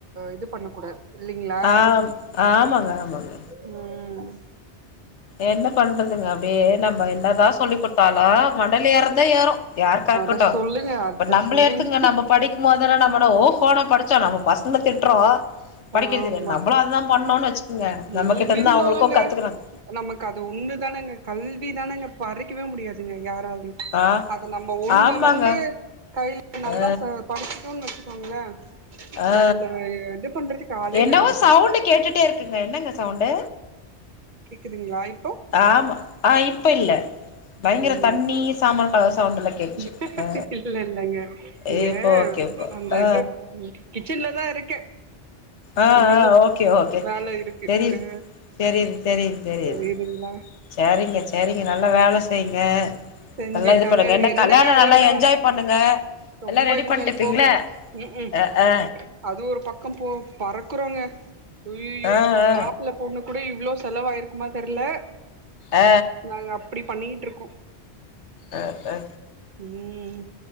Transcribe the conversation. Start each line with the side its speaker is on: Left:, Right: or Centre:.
Right: இது பண்ண கூடாது இல்லைங்களா
Left: ஆ ஆமாங்க ஆமாங்க
Right: ம்
Left: என்ன பண்ணுறதுங்க அப்டியே நம்ம என்ன தா சொல்லி குடுதாலு மண்டல ஏறதா ஏறும யாருக்கா இருக்கட்டு
Right: அத சொல்லுங்க அத
Left: இப்ப நம்பளே
Right: சொல்லுங்க
Left: எத்துங்க நம்ம படிக்கு போது என்ன நம்மன ஓஹோனா படிச்சோ நம்ம பசங்கள திட்டுறோ படிக்கிறதில்லனு
Right: ஆமா
Left: நம்மளு அததா பண்ணோன்னு வச்சுக்குங்க
Right: ம்
Left: நம்ம கிட்ட இருந்து
Right: இருந்தாலுங்க
Left: அவுங்களுக்கு கத்துக்குறாங்க
Right: நமக்கு அது ஒண்ணுதானங்க கல்வி தானேங்க பறிக்கவே முடியாதுங்க யாராலயு
Left: ஆ ஆ
Right: அது நம்ம ஒண்ணு
Left: ஆமாங்க
Right: வந்து கையில நல்லா
Left: ஆ
Right: படிச்சுட்டோன்னு வச்சுக்கோங்களே
Left: ஆ
Right: நம்மள இது பண்றதுக்கு ஆளே
Left: என்னவோ
Right: கெடையாது
Left: சவுண்டு கேட்டுட்டே இருக்குங்க என்னங்க சவுண்டு
Right: கேக்குதுங்களா இப்போ
Left: ஆமா ஆ இப்ப இல்ல பயங்கர
Right: ம்
Left: தண்ணி
Right: ஓகே
Left: சாமான் கழுவ சவுண்டல்லா கேட்சு
Right: ஓகே
Left: அ
Right: இல்ல இல்லங்க இங்க
Left: ஏ இப்போ ஓகே இப்ப
Right: அந்த
Left: ஆ
Right: இது கிச்சன்ல தா இருக்கே
Left: ஆ
Right: இன்னுமு
Left: ஆ ஓகே ஓகே
Right: வேல இருக்கு
Left: தெரிது
Right: அ
Left: தெரிது தெரிது தெரிது
Right: சரி இதுங்களா
Left: சரிங்க சரிங்க நல்லா வேல செய்யுங்க
Right: செஞ்சுட்டு
Left: நல்லா இது
Right: தாங்க
Left: பண்ணுங்க என்ன
Right: என்னங்க
Left: கல்யாண
Right: அத
Left: நாளா
Right: விட
Left: என்ஜாய் பண்ணுங்க
Right: ரொம்ப
Left: எல்லா ரெடி
Right: என்ஜாய்
Left: பண்ணிட்டு இருப்பிங்கள
Right: போங்க ம் ம்
Left: அ ஆ
Right: அது ஒரு பக்கோ போ பறக்குறோங்க அய்யயோ
Left: ஆ ஆ
Right: மாப்புள்ள பொண்ணு கூட இவ்ளோ செலவாயிருக்குமா தெர்ல
Left: அ
Right: நாங்க அப்டி பண்ணிட்டு இருக்கோ
Left: அ அ
Right: ம்